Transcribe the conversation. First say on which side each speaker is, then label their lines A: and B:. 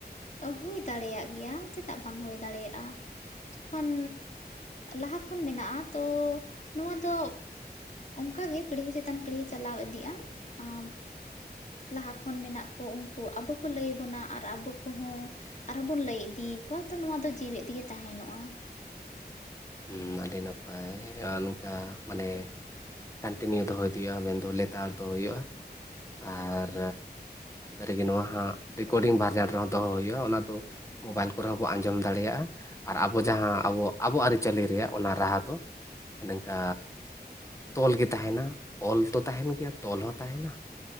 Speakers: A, on the left; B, on the left.
A: ᱦᱩᱭ ᱫᱟᱲᱮᱭᱟᱜ ᱜᱮᱭᱟ ᱪᱮᱫᱟᱜ ᱵᱟᱝ ᱦᱩᱭ ᱫᱟᱲᱮᱭᱟᱜᱼᱟ ᱡᱚᱠᱷᱚᱱ ᱞᱟᱦᱟ ᱠᱷᱚᱱ ᱢᱮᱱᱟᱜᱼᱟ ᱛᱚ ᱱᱚᱣᱟ ᱫᱚ ᱚᱝᱠᱟ ᱜᱮ ᱯᱤᱲᱦᱤ ᱪᱮᱛᱟᱱ ᱯᱤᱲᱦᱤ ᱪᱟᱞᱟᱣ ᱤᱫᱤᱜᱼᱟ ᱟᱨ ᱞᱟᱦᱟ ᱠᱷᱚᱱ ᱢᱮᱱᱟᱜ ᱠᱚ ᱩᱝᱠᱩ ᱟᱵᱚ ᱠᱚ ᱞᱟᱹᱭ ᱟᱵᱚᱱᱟ ᱟᱨ ᱟᱵᱚ ᱠᱚᱦᱚᱸ ᱟᱨᱦᱚᱸ ᱵᱚᱱ ᱞᱟᱹᱭ ᱤᱫᱤᱭᱟᱠᱚᱣᱟ ᱛᱚ ᱱᱚᱣᱟ ᱫᱚ ᱡᱤᱣᱮᱫ ᱛᱮᱜᱮ ᱛᱟᱦᱮᱱᱚᱜᱼᱟ
B: <unintelligible> ᱟᱹᱰᱤ ᱱᱟᱯᱟᱭ <unintelligible> ᱱᱚᱝᱠᱟ ᱢᱟᱱᱮ ᱠᱚᱱᱴᱤᱱᱤᱭᱩ ᱫᱚᱦᱚᱭ ᱤᱫᱤ ᱦᱩᱭᱩᱜᱼᱟ ᱢᱮᱱᱫᱚ ᱞᱮᱛᱟᱲ ᱫᱚᱦᱚ ᱦᱩᱭᱩᱜᱼᱟ ᱟᱨ ᱨᱮᱜᱮ ᱱᱚᱣᱟ ᱦᱟᱸᱜ ᱨᱮᱠᱳᱨᱰᱤᱝ ᱵᱷᱟᱨᱡᱟᱱ ᱨᱮᱦᱚᱸ ᱫᱚᱦᱚ ᱦᱩᱭᱩᱜᱼᱟ ᱚᱱᱟ ᱫᱚ ᱢᱳᱵᱟᱭᱤᱞ ᱠᱚᱨᱮ ᱦᱚᱸ ᱵᱚᱱ ᱟᱸᱡᱚᱢ ᱫᱟᱲᱮᱭᱟᱜᱼᱟ ᱟᱨ ᱟᱵᱚ ᱡᱟᱦᱟᱸ ᱟᱵᱚ ᱟᱵᱚᱣᱟᱜ ᱟᱨᱤ- ᱪᱟᱹᱞᱤ ᱨᱮᱭᱟᱜ ᱚᱱᱟ ᱨᱟᱦᱟ ᱫᱚ ᱱᱚᱝᱠᱟ ᱛᱚᱞ ᱜᱮ ᱛᱟᱦᱮᱱᱟ ᱚᱞ ᱛᱚ ᱛᱟᱦᱮᱱ ᱜᱮᱭᱟ ᱛᱚᱞ ᱦᱚᱸ ᱛᱟᱦᱮᱱᱟ